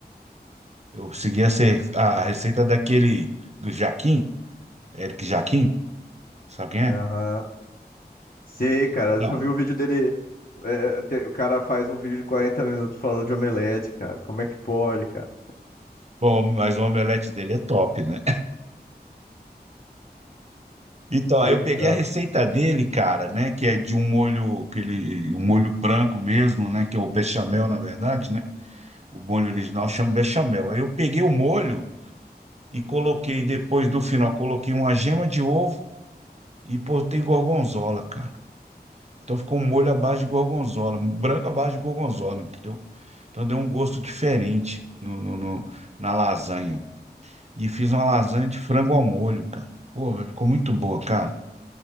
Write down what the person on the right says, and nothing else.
Eu segui a, a receita daquele do Jaquim, Eric Jaquim, sabe quem é?
Então,
bom, mas o omelete dele é top, né? Então, aí
eu peguei a receita dele, cara, né, que é de um molho, aquele um molho branco mesmo, né, que é o bechamel, na verdade, né? O molho original chama bechamel. Aí eu peguei o molho e coloquei depois do final, coloquei uma gema de ovo e botei gorgonzola, cara. Então ficou um molho à base de gorgonzola, branco à base de gorgonzola, entendeu? Então deu um gosto diferente no, no, no- na lasanha. E fiz uma lasanha de frango ao molho, cara. Porra, ficou muito boa, cara.